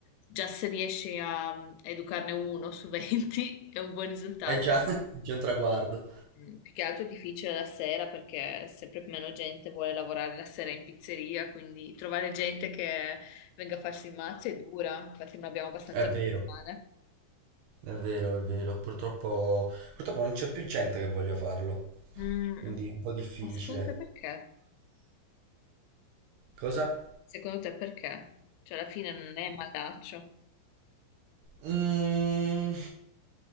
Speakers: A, on the left (about 90°); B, on the right (about 70°).
A: già se riesci a educarne uno su 20 <laughs> è un buon risultato.
B: È già, <laughs> è già un traguardo.
A: Mm, Più che altro è difficile la sera perché sempre meno gente vuole lavorare la sera in pizzeria, quindi trovare gente che venga a farsi il mazzo è dura, infatti non abbiamo abbastanza
B: È vero,
A: persone.
B: è vero, è vero. Purtroppo, purtroppo non c'è più gente che voglia farlo,
A: Mm,
B: quindi è un po' difficile.
A: Ma secondo te perché?
B: Cosa?
A: Secondo te perché? Cioè alla fine non è malaccio.
B: Mm,